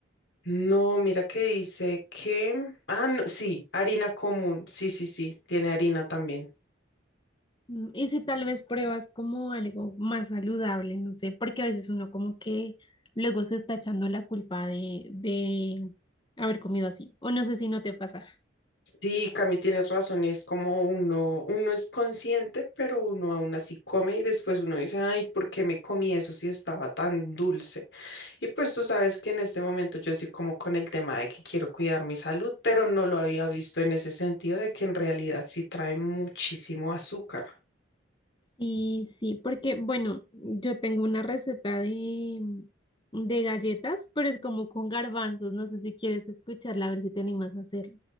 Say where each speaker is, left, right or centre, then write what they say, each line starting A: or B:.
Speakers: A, on the left; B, on the left.
A: No, mira que dice que... Ah, no, sí, harina común, sí, sí, sí, tiene harina también.
B: Mm, Y si tal vez pruebas como algo más saludable, no sé, porque a veces uno como que luego se está echando la culpa de, de haber comido así. O no sé si no te pasa.
A: Sí, Cami, tienes razón, es como uno, uno es consciente, pero uno aún así come y después uno dice, ay, ¿por qué me comí eso si estaba tan dulce? Y pues tú sabes que en este momento yo estoy como con el tema de que quiero cuidar mi salud, pero no lo había visto en ese sentido de que en realidad sí trae muchísimo azúcar.
B: Sí, sí, porque bueno, yo tengo una receta de, de galletas, pero es como con garbanzos. No sé si quieres escucharla, a ver si te animas a hacerla.